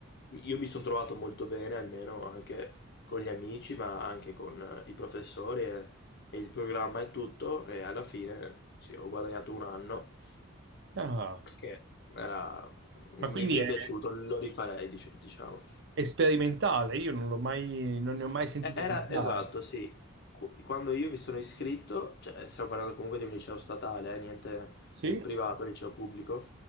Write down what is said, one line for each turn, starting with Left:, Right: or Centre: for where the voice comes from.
Left: Io mi sono trovato molto bene, almeno anche con gli amici, ma anche con eh, i professori e, e il programma e tutto, e alla fine sì, ho guadagnato un anno
Right: Ah,
Left: che era- mi,
Right: ma quindi
Left: mi
Right: è,
Left: è piaciuto, lo rifarei, dic- diciamo.
Right: è sperimentale, io non l'ho mai, non ne ho mai sentito
Left: Era
Right: parlare.
Left: esatto, sì. Qu- Quando io mi sono iscritto, cioè stiamo parlando comunque di un liceo statale, eh, niente
Right: Sì?
Left: nel privato, liceo pubblico.